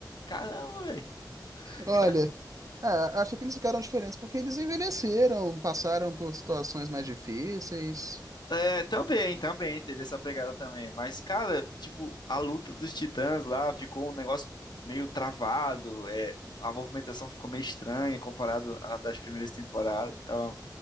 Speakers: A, on the left (about 80°); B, on the right (about 50°).
A: Caramba, velho. <laughs>
B: Olha, ah, acho que eles ficaram diferentes porque eles envelheceram, passaram por situações mais difíceis.
A: É, também, também, teve essa pegada também. Mas, cara, tipo, a luta dos titãs lá ficou um negócio meio travado, é, a movimentação ficou meio estranha comparado à das primeiras temporadas. Tava,